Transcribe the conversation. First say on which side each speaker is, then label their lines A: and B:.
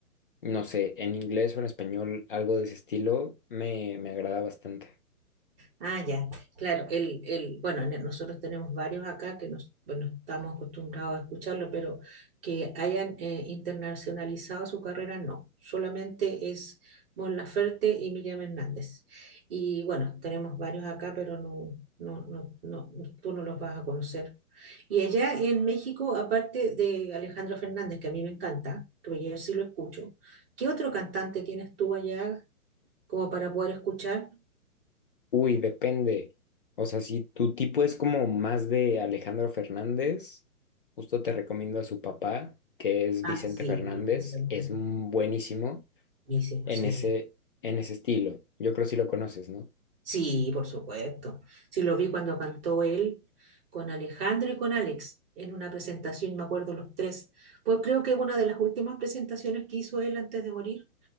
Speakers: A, on the left; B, on the right.
A: no sé, en inglés o en español algo de ese estilo, me, me agrada bastante.
B: Ah, ya, claro, el, el, bueno, ne- nosotros tenemos varios acá que nos, bueno, estamos acostumbrados a escucharlo, pero que hayan eh, internacionalizado su carrera, no, solamente es Mon Laferte y Miriam Hernández. Y bueno, tenemos varios acá, pero no, no, no, no, tú no los vas a conocer. Y allá en México, aparte de Alejandro Fernández, que a mí me encanta, que yo sí lo escucho, ¿qué otro cantante tienes tú allá como para poder escuchar?
A: Uy, depende. O sea, si tu tipo es como más de Alejandro Fernández, justo te recomiendo a su papá, que es
B: Ah,
A: Vicente
B: sí,
A: Fernández,
B: Vicente
A: es m- buenísimo
B: Buenísimo,
A: en
B: sí.
A: ese, en ese estilo. Yo creo que sí lo conoces, ¿no?
B: Sí, por supuesto. Sí, lo vi cuando cantó él con Alejandro y con Alex en una presentación, me acuerdo los tres. Pues creo que una de las últimas presentaciones que hizo él antes de morir,